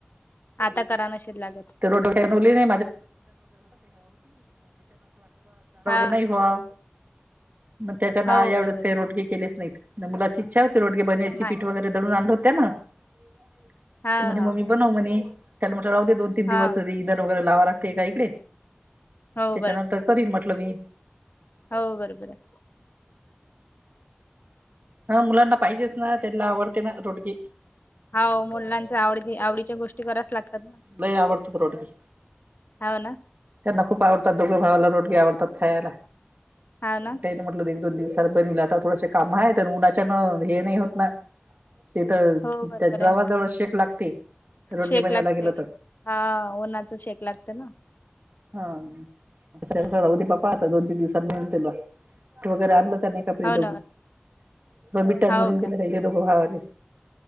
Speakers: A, on the left; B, on the right.
A: आता करा नशील लागत.
B: <unintelligible> जाड वगैरे
A: हा
B: नाही बुवा मग त्याच्यान
A: हा
B: एवढेच
A: हो बरोबर
B: की,
A: आहे.
B: रोडगे हे केलेच नाहीत. मुलाची इच्छा होती रोडगे बनवायची
A: नाही
B: पीठ वगैरे दडून आणलं होतं ना त
A: हा
B: म्हणे
A: हो
B: मम्मी बनव म्हणे त्याला म्हट लावते दोन तीन
A: हा
B: दिवसरी इंधन वगैरे लावा लागते का इकडे.
A: हो
B: त्याच्यानंतर करीन म्हटल मी.
A: हाव बरोबरं आहे.
B: हा मुलांना पाहिजेच ना, त्यांना आवडते ना रोडगी.
A: हाव मुलांच्या आवडी आवडीच्या गोष्टी कराव्याच लागतात ना,
B: लई आवडती रोटगी
A: ह्याव ना
B: त्यांना खूप आवडतात. दोघे भावाला रोटगी आवडतात खायला
A: हाव ना
B: त्याने म्हटलं एक दोन दिवस तर बनवली आता थोडसे काम आहे तर उन्हाच्यान हे नाही होत ना, तिथ
A: हो बरोबर
B: ते जवाळजवळ
A: आहे.
B: शेक लागते. रोडगी
A: शेक
B: बनवायला
A: लागते,
B: गेलं तर
A: हा ऊन्हाच शेक लागते ना
B: हा दुसऱ्याना
A: हम्म.
B: राहू दे, बाप्पा आता दोन तीन दिवसात <unintelligible> वगैरे आणलं का नाही? कपरी
A: हो
B: दडून
A: ना
B: बिटात
A: हो
B: भरून
A: काय?
B: दिला हे दोघं भाव आले.